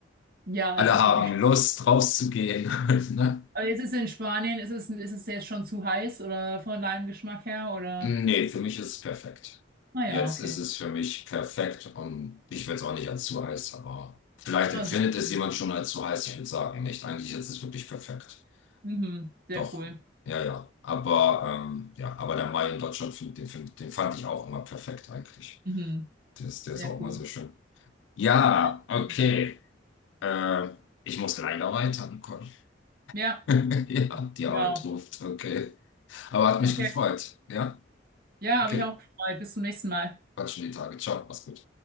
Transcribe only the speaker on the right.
Ja,
es ist
wirklich.
Aber ist es in Spanien, ist es, ist es jetzt schon zu heiß oder von deinem Geschmack her? Oder?
Naja,
okay.
Na,
sehr
cool.
Mhm, sehr
cool.
Mhm,
sehr
cool.
Ja,
natürlich.
Ja.
Genau.
Okay.
Ja,
habe ich auch gefreut. Bis zum nächsten Mal.